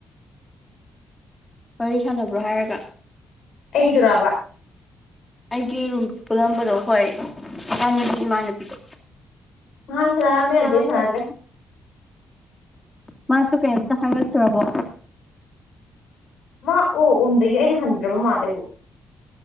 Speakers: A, on the left (about 20°); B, on the left (about 65°).
A: ꯋꯥꯔꯤ ꯁꯥꯟꯅꯕ꯭ꯔꯣ ꯍꯥꯏꯔꯒ
B: ꯑꯩꯒꯤꯗꯨꯨꯔꯥꯕ
A: ꯑꯩꯒꯤ ꯔꯨꯝ ꯄꯨꯜꯂꯝꯕꯗꯣ ꯍꯣꯏ ꯏꯃꯅꯄꯤ ꯏꯃꯥꯟꯅꯕꯤꯗꯣ
B: ꯅꯍꯥꯟ ꯁꯥꯟꯅꯔꯝꯃꯦ
A: ꯑ ꯀꯥꯡ
B: ꯑꯗꯨꯗꯩ ꯁꯥꯟꯅꯗ꯭ꯔꯦ
A: ꯂ ꯑꯗꯨ ꯃꯥꯁꯨ ꯀꯩꯝꯇ ꯍꯥꯏꯒꯠꯇ꯭ꯔꯕꯣ
B: ꯃꯥ ꯑꯣ ꯎꯝꯗꯒꯤ ꯑꯩꯅ ꯍꯟꯗ꯭ꯔꯕ ꯃꯥꯜꯂꯦꯕ